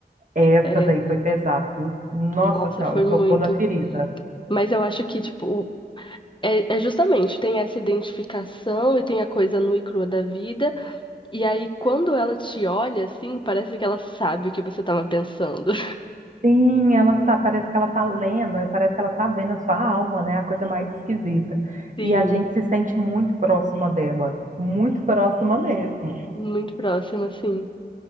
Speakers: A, on the right; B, on the left.
A: essa
B: É,
A: daí foi pesada, viu? Nossa
B: nossa,
A: Senhora,
B: foi
A: tocou
B: muito.
A: na ferida.
B: Mas eu acho que, tipo, É, é justamente, tem essa identificação e tem a coisa nua e crua da vida. E aí, quando ela te olha, assim, parece que ela sabe o que você tava pensando.
A: Sim, ela tá, parece que ela tá lendo, eh, parece que ela tá vendo a sua alma, né? A coisa mais esquisita.
B: <laughs> Sim,
A: E a gente se sente muito próxima dela, muito próxima mesmo.
B: muito próxima, sim.